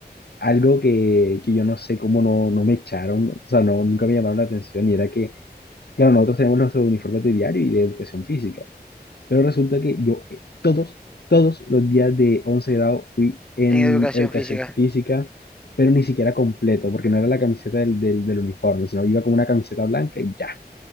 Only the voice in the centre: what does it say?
en educación
física.